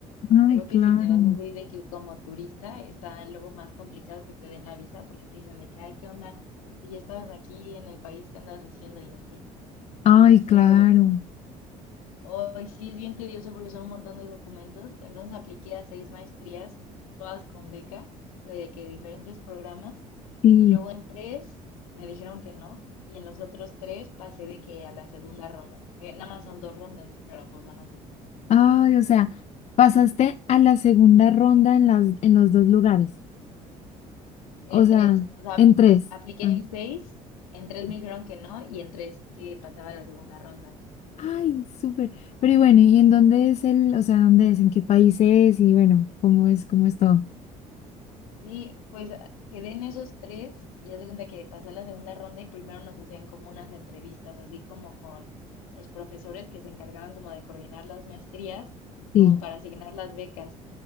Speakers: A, on the left; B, on the left.
A: Ay,
B: creo que
A: claro.
B: si te vas así de que como turista, está luego más complicado que te den la visa porque te dicen de que, ay, ¿qué onda? Si ya estabas aquí en el país, ¿qué andabas haciendo? Y así.
A: Ay,
B: Entonces,
A: claro.
B: Hoy sí es bien tedioso porque son un montón de documentos. Entonces apliqué a seis maestrías, todas con beca, o sea, de que diferentes programas.
A: Sí.
B: Y luego en tres me dijeron que no. Y en los otros tres pasé de que a la segunda ronda, que nada más son dos rondas, pero pues son así.
A: Ay, o sea, pasaste a la segunda ronda en las, en los dos lugares. O
B: En
A: sea,
B: tres, o sea,
A: en tres.
B: apliqué
A: Ah.
B: en seis, en tres
A: ok.
B: me dijeron que no y en tres que pasaba a la segunda ronda.
A: Ay, súper. Pero y bueno, ¿y en dónde es el, o sea, dónde es, en qué país es y bueno, cómo es, cómo es todo?
B: Sí, pues a- quedé en esos tres y haz de cuenta que pasé la segunda ronda y primero nos hacían como unas entrevistas, así como con los profesores que se encargaban como de coordinar las maestrías,
A: Sí.
B: como para asignar las becas.